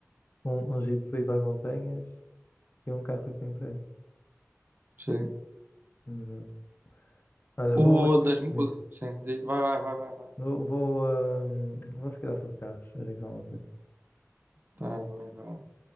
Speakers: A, on the left (about 40°); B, on the right (about 40°).
A: um, um jeep para ir para as montanhas e um carro para ir para o emprego.
B: Sim.
A: Exato. Olha,
B: O
A: vou,
B: das. mu-
A: diz,
B: o- sim, di- vai, vai, vai, vai, vai.
A: vou, vou, ah, hum, vou ficar sobre carros, a dizer alguma coisa.
B: Tá, vai, vai. lá.